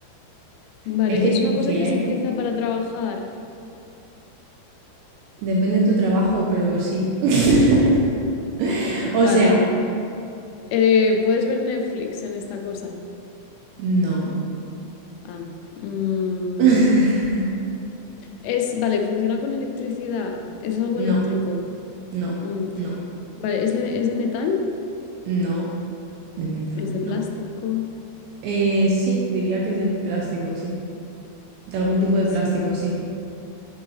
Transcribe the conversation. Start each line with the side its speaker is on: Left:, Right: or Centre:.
Left: vale,
Right: Es que
Left: ¿es
Right: es difícil,
Left: una cosa que
Right: ¿eh?
Left: se utiliza para trabajar?
Right: Depende de tu trabajo, pero sí. <laughs> O
Left: Vale,
Right: sea,
Left: vale. Eh, ¿puedes ver Netflix en esta cosa?
Right: no.
Left: Ah. mm,
Right: <laughs>
Left: es, vale, funciona con electricidad. Es algo
Right: No,
Left: eléctrico.
Right: no,
Left: Mm,
Right: no,
Left: Vale, ¿es de, es de metal?
Right: no. ¿De metal?
Left: ¿Es de plástico?
Right: No. Eh, sí, diría que es de plástico, sí. De
Left: Mm,
Right: algún tipo
Left: es...
Right: de plástico,
Left: mm,
Right: sí.